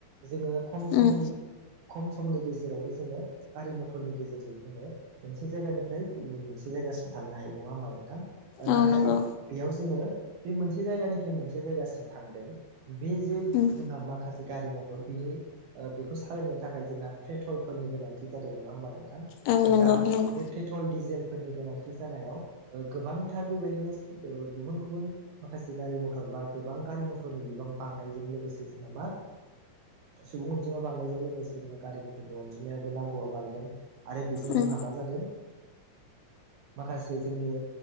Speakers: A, on the right (about 70°); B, on the left (about 85°).
A: जोङो खम सम
B: उम
A: खम समनि गेजेरावनो जोङो गारि मथरनि गेजेरजों जोङो मोनसे जायगानिफ्राय गुबुन मोनसे जायगासिम थांनो हायो नङा होमबा नोंथां
B: औ
A: नाथाय
B: नंगौ
A: बेयाव जोङो बे मोनसे जायगानिफ्राय मोनसे जायगासिम थांदों बे जे
B: उम
A: जोंहा माखासे गारि मथर बिनि बेखौ सालायनो थाखाय जोंहा पेट्रलफोरनि गोनांथि जादों नङा होमबा नों थां
B: औ नंगौ
A: दा
B: नंगौ
A: बे पेट्रल डिजेल फोरनि गोनांथि जानायाव गोबांथार बेबायदिनो गुबुन गुबुन माखासे गारि मथर बा गोबां गारि मथरनि बिबां बांनायजों लोगोसे जोंहा मा सुबुं अनजिमा बांनायजों लोगोसे लोगोसे जोंहा गारि मथरनि अनजिमायाबो नांगौआ बांदों आरो बेजों
B: उम
A: जोंहा मा जादों माखासे जोंनि